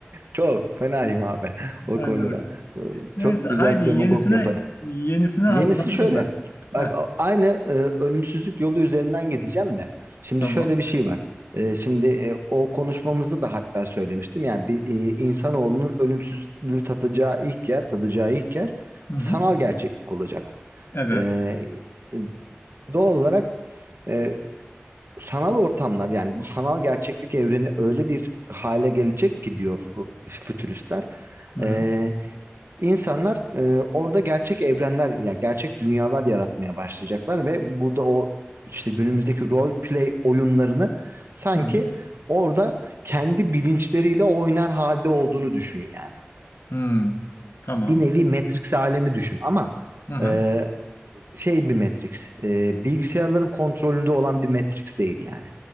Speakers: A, on the right; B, on the left.
A: Çok fenayım abi <laughs> o
B: Haydi
A: konuda.
B: bakalım.
A: Ee,
B: Neyse
A: Çok
B: haydi
A: güzel
B: yenisine
A: demagog yaparım.
B: yenisine haz
A: Yenisi
B: hazırım
A: şöyle.
B: ben.
A: Bak
B: Heh,
A: aynı e, ölümsüzlük yolu üzerinden gideceğim de. Şimdi
B: tamam.
A: şöyle bir şey var. E, şimdi e, o konuşmamızda da hatta söylemiştim. Yani bir e, insanoğlunun ölümsüzlüğü tatacağı ilk yer, tadacağı ilk yer
B: Hı hı.
A: e, sanal gerçeklik olacak.
B: Evet.
A: E, e, doğal olarak e, sanal ortamlar yani bu sanal gerçeklik evreni öyle bir hale gelecek ki diyor bu fütüristler.
B: Hı hı.
A: Ee, insanlar e, orada gerçek evrenler yani gerçek dünyalar yaratmaya başlayacaklar ve burada o işte günümüzdeki role play oyunlarını sanki
B: Hı hı.
A: orada kendi bilinçleriyle oynar halde olduğunu düşün yani.
B: Hmm. Tamam.
A: Bir nevi Matrix alemi düşün ama
B: Hı hı.
A: e, şey bir Matrix. E, bilgisayarların kontrolünde olan bir Matrix değil yani.